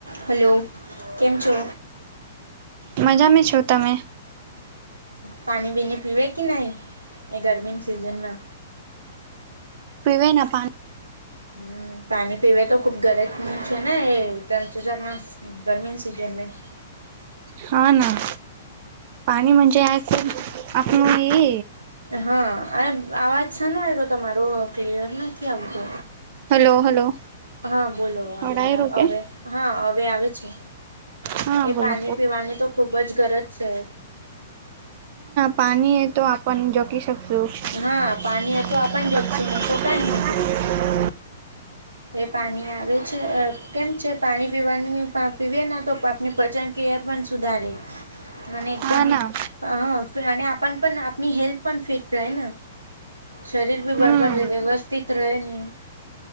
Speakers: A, on the right; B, on the right.
A: Hello કેમ છો?
B: મજા મે છો તમે?
A: પાની બીની પીવે કે નહી એ ગરમીની સિઝનમાં?
B: પીવે ના પાન
A: હમ્મ પાની પીવે તો ખુબ ગરજ ની છે. એ <inaudible> ગરમીની સીઝન મેં
B: હા ના પાણીમાં જે <inaudible> આપનું એ
A: હા અને આવાજ શાનો આયરો તમારો? ક્લિયર નથી આવતો.
B: હલો હલો
A: હા બોલો હવે
B: અવડાય રો કે
A: હવે હા હવે આવે છે.
B: હા
A: એ
B: બોલો
A: પાની પીવાની તો ખૂબ જ ગરજ છે.
B: પાની એ તો આપન <inaudible> <unintelligible>
A: હા પાણી તો આપણ જગશું નહી તો કાંઈ નથી એ પાની આવે છે. કેમ છે પાણી પીવાની પીવેને તો આપને પજન કે એ પન સુધારે અને એકદમ
B: હા ના
A: હહ અને આપન પન આપની હેલ્થ પન ફિટ રહેન શરીર ભી
B: હમ
A: બરબર રેવે વ્યવસ્થિત રહેને